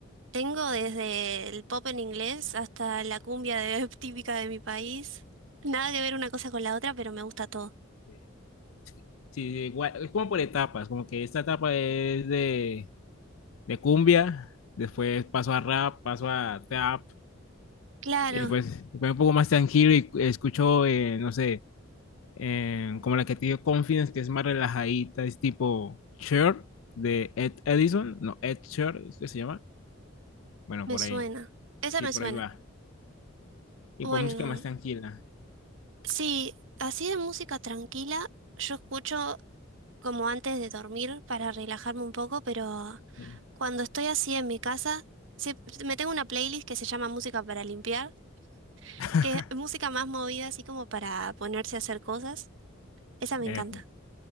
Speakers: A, on the right; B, on the left.
A: Tengo desde el pop en inglés hasta la cumbia de- <laughs> típica de mi país. Nada que ver una cosa con la otra, pero me gusta todo.
B: Sí, sí, igual, es como por etapas, como que esta etapa es de, de cumbia, después paso a rap, paso a trap,
A: Claro,
B: y pues me pongo un poco más tranquilo y escucho, eh, no sé eh, como la que te dio Confidence, que es más relajadita, es tipo Sure de Ed Edison, no, Ed Shure, es que se llama? Bueno,
A: me
B: por
A: suena.
B: ahí,
A: Esa
B: sí,
A: me
B: por
A: suena.
B: ahí va. Y
A: Bueno,
B: pues música más tranquila.
A: sí, así de música tranquila, yo escucho como antes de dormir para relajarme un poco, pero...
B: Sí,
A: Cuando estoy así en mi casa, sie- me tengo una playlist que se llama Música para limpiar,
B: <laughs>
A: que es música más movida, así como para ponerse a hacer cosas. Esa me
B: Eh,
A: encanta.
B: pues,